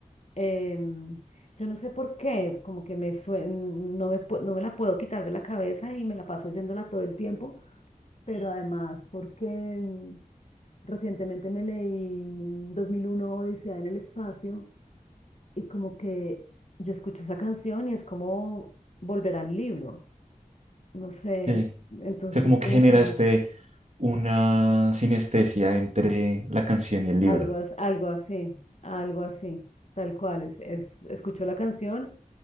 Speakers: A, on the left (about 50°); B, on the right (about 50°).
A: em, yo no sé por qué, como que me sue- no me, pu- no me la puedo quitar de la cabeza y me la paso oyéndola todo el tiempo, pero además porque mm, recientemente me leí mm, 2001 Odisea en el espacio y como que yo escucho esa canción y es como volver al libro, no sé,
B: Sí.
A: entonces
B: O sea, como que
A: como
B: generaste
A: que
B: una sinestesia entre la canción y el libro.
A: algo, as- algo así, algo así, tal cual, es, es, escucho la canción